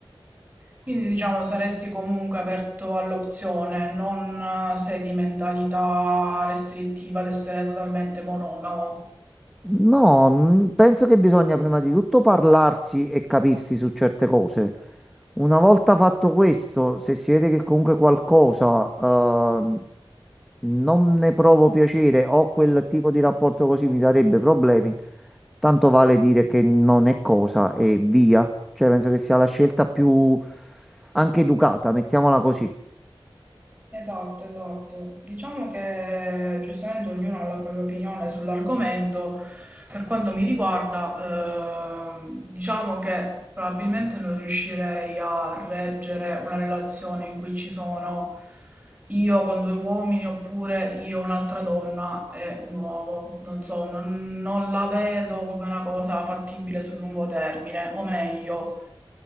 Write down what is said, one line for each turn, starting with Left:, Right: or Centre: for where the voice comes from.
Right: Quindi diciamo saresti comunque aperto all'opzione, non eh, sei di mentalità restrittiva ad essere totalmente monogamo.
Centre: No, mh, penso che bisogna prima di tutto parlarsi e capirsi su certe cose. Una volta fatto questo, se si vede che comunque qualcosa ehm, non ne provo piacere o quel tipo di rapporto così mi darebbe problemi, tanto vale dire che non è cosa e via. Cioè, penso che sia la scelta più anche educata, mettiamola così.
Right: Esatto, esatto. Diciamo che giustamente ognuno ha la propria opinione sull'argomento. Per quanto mi riguarda, ehm, diciamo che probabilmente non riuscirei a reggere una relazione in cui ci sono io con due uomini oppure io un'altra donna e un uomo. Non so, non non la vedo come una cosa fattibile sul lungo termine, o meglio.